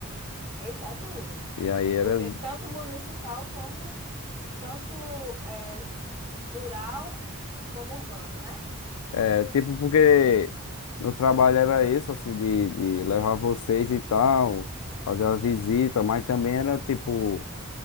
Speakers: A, on the right; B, on the left.
A: Eita, é duro.
B: E aí era
A: Porque tanto municipal como tanto é, rural como urbano, né?
B: É tipo porque meu trabalho era esse, assim, de, de levar vocês e tal, fazer as visitas, mas também era tipo,